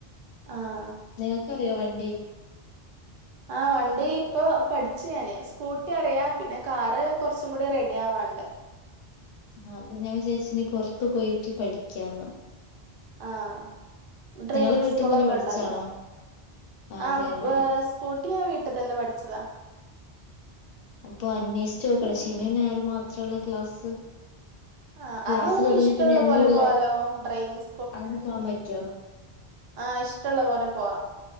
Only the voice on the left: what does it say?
നിങ്ങക്കറിയോ വണ്ടി
ആഹ് അപ്പൊ ഞാൻ വിചാര്ച്ച് ഇനി പൊർത്ത് പോയിട്ട് പഠിക്ക്യാന്ന്
നിങ്ങളെ വീട്ടിൽന്ന് തന്നെ പഠിച്ചാണോ
അതെ
അതെ
അപ്പൊ അന്വേഷിച്ചോക്കണം ശെനിം ഞായറും മാത്രള്ള ക്ലാസ്സ്
ക്ലാസ്സ്
തൊടങ്ങ്യ
പിന്നെ എന്നുള്ള
അങ്ങനെ പോവാൻ പറ്റോ